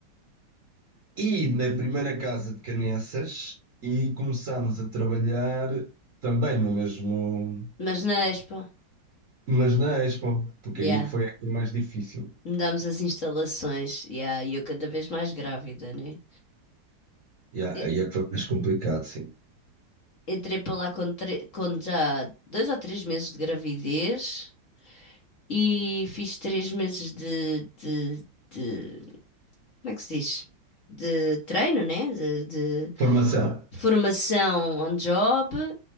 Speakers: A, on the right (about 45°); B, on the left (about 45°).
A: e na primeira casa de Canessas e começámos a trabalhar também no mesmo,
B: Mas na Expo,
A: mas na Expo, porque
B: yeah,
A: aí foi a coisa mais difícil.
B: mudámos as instalações, yeah, e eu cada vez mais grávida, né?
A: Já,
B: E-
A: aí é que foi mais complicado, sim.
B: Entrei para lá com, tre- com já dois ou três meses de gravidez e fiz três meses de, de, de- como é que se diz? De treino, né? De, de
A: Formação.
B: formação on job